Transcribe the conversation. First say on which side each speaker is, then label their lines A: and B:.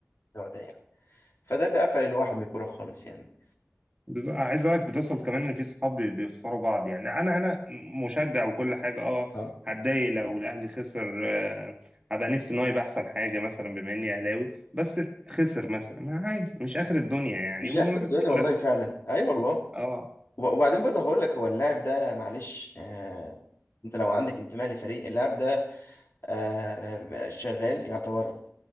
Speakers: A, on the left; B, on the right.
A: النوع ده يعني فده اللي قفل الواحد من الكورة خالص يعني
B: بز- عايز اقولك بتوصل كمان ان في صحاب بي- بيخسروا بعض يعني انا انا مشجع وكل حاجه اه
A: اه
B: هتضايق لو الاهلي خسر آه، هبقى نفسي ان هو يبقى احسن حاجه مثلا بما اني اهلاوي بس خسر مثلا ما عادي مش اخر الدنيا يعني
A: مش
B: وما
A: عارف الدنيا
B: ب...
A: والله
B: ما ب...
A: فعلا أي والله
B: اه
A: وبعدين برضه هقول لك هو اللاعب ده معلش آه انت لو عندك انتماء لفريق اللاعب ده آه شغال يعتبر